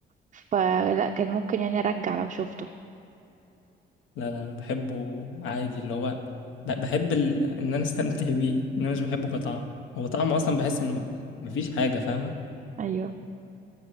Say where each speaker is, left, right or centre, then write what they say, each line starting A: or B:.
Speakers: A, on the right; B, on the left.
A: فلا كان ممكن يعني ارجع لو شفته
B: لا لا انا بحبه عادي اللي هو ب- بحب ال... ان انا استمتع بيه ان انا مش بحبه كطعم هو طعمه اصلا بحس ان ما... مفيش حاجه فاهمه
A: ايوه